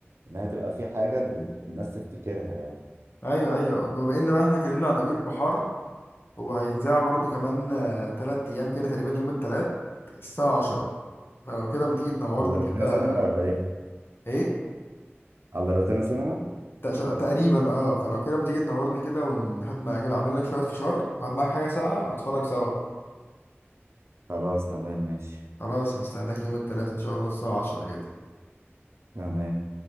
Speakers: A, on the right (about 70°); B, on the left (about 55°).
A: انها تبقى في حاجه الناس تفتكرها يعني
B: ايوه ايوه بما ان بقى احنا اتكلمنا عن امير البحار هو هيتذاع برضه كمان آه، تلات ايام كده تقريبا يوم التلات الساعة 10 فلو كده ما تيجي تنورني
A: على روتانا
B: كده
A: سينما ولا ايه
B: ايه
A: على روتانا سينما
B: تش- تقريبا اه فلو كده ما تيجي تنورني كده ونحط معاك كده اعمل لك شويه فشار وهات معاك حاجه ساقعه ونتفرج سوا
A: خلاص تمام ماشي
B: خلاص هستناك يوم الثلاث ان شاء الله الساعه 10 كده
A: تمام